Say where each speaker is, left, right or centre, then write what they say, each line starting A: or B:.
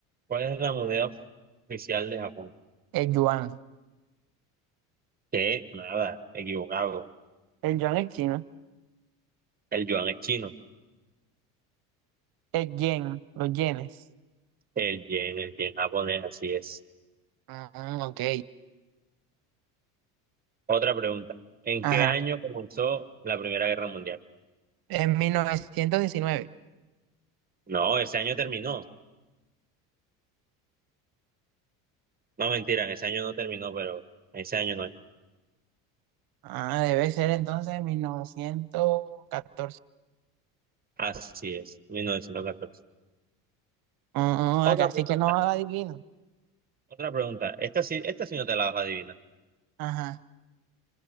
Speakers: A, on the right; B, on the right.
A: cuál es la moneda oficial de Japón?
B: El yuan.
A: Que nada, equivocado.
B: El yuan es chino.
A: El yuan es chino.
B: El yen, los yenes.
A: El yen, el yen japonés, así es.
B: Ah, ok.
A: Otra pregunta. ¿En
B: Ajá.
A: qué año comenzó la Primera Guerra Mundial?
B: En mil novecientos diecinueve,
A: No, ese año terminó. No, mentira, ese año no terminó, pero ese año no es.
B: Ah, debe ser entonces mil novecientos catorce,
A: Así es, 1914.
B: Ah,
A: Otra
B: acá
A: pregunta,
B: sí que no adivino.
A: otra pregunta. Esta sí, esta sí no te la vas a adivinar.
B: Ajá.